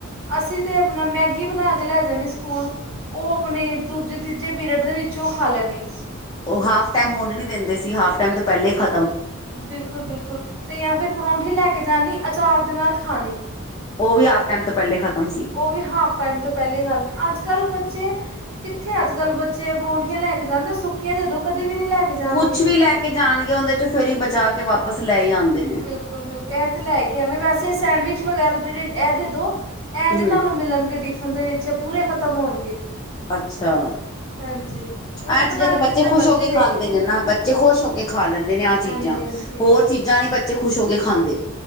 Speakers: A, on the right; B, on the left.
A: ਅਸੀਂ ਤੇ ਆਪਣਾ ਮੈਗੀ ਬਣਾ ਕੇ ਲੈ ਜਾਂਦੇ ਸਕੂਲ, ਉਹ ਆਪਣੇ ਦੂਜੇ ਤੀਜੇ ਪੀਰੀਅਡ ਦੇ ਵਿੱਚ ਉਹ ਖਾ ਲੈਂਦੀ।
B: ਉਹ ਹਾਫ ਟਾਈਮ ਹੋਣ ਨ ਦਿੰਦੇ ਸੀ, ਹਾਫ ਟਾਈਮ ਤੋਂ ਪਹਿਲੇ ਹੀ ਖ਼ਤਮ।
A: ਬਿਲਕੁਲ ਬਿਲਕੁਲ ਅਤੇ ਜਾਂ ਫਿਰ ਪਰੌਂਠੀ ਲੈ ਕੇ ਜਾਣੀ, ਅਚਾਰ ਦੇ ਨਾਲ ਖਾਣੀ।
B: ਉਹ ਵੀ ਹਾਫ ਟਾਈਮ ਤੋਂ ਪਹਿਲੇ ਖਤਮ ਸੀ
A: ਉਹ ਵੀ ਹਾਫ ਟਾਈਮ ਤੋਂ ਪਹਿਲੇ ਖਾ ਲੈਣੀ, ਅੱਜ ਅੱਜ ਕੱਲ ਬੱਚੇ, ਕਿੱਥੇ ਅੱਜ ਕੱਲ੍ਹ ਬੱਚੇ ਪਰੌਂਠੀਆਂ ਲੈ ਕੇ ਜਾਂਦੇ, ਸੁੱਕੀਆਂ ਦੇ ਉਦੋਂ ਕਦੇ ਵੀ ਨੀ ਲੈ ਕੇ ਜਾਣਗੇ
B: ਕੁਛ ਵੀ ਲੈ ਕੇ ਜਾਣਗੇ, ਉਹਦੇ 'ਚੋਂ ਫੇਰ ਹੀ ਬਚਾ ਕੇ ਵਾਪਸ ਲੈ ਹੀ ਆਉਂਦੇ। ਨੇ
A: ਬਿਲਕੁਲ ਬਿਲਕੁਲ ਇਹ ਤਾਂ ਲੈ ਕੇ ਆਉਂਣੇ, ਵੈਸੇ ਸੈਂਡਵਿਚ ਵਗੈਰਾ ਜਿਹੜੇ ਇਹ ਦੇ ਦੋ ਇਹ ਨਹੀਂ
B: ਹਮ
A: ਤੁਹਾਨੂੰ ਮਿਲਣਗੇ ਟਿਫਿਨ ਦੇ ਵਿੱਚ, ਪੂਰੇ ਖਤਮ ਹੋਣਗੇ।
B: ਅੱਛਾ।
A: ਹਾਂਜੀ ਊਟ
B: ਆ ਚੀਜ਼ਾਂ
A: ਪਟਾਂਗ
B: ਤੇ ਬੱਚੇ
A: ਜਿੰਨਾ
B: ਖੁਸ਼
A: ਮਰਜ਼ੀ
B: ਹੋ ਕੇ
A: ਦੇਈ
B: ਖਾਂਦੇ
A: ਜਿਓ
B: ਨੇ ਨਾ, ਬੱਚੇ ਖੁਸ਼ ਹੋ ਕੇ ਖਾ ਲੈਂਦੇ ਨੇ
A: ਹਾਂਜੀ
B: ਚੀਜ਼ਾਂ,
A: ਹਾਂਜੀ
B: ਹੋਰ ਚੀਜ਼ਾਂ ਨੀ ਬੱਚੇ ਖੁਸ਼ ਹੋ ਕੇ ਖਾਂਦੇ,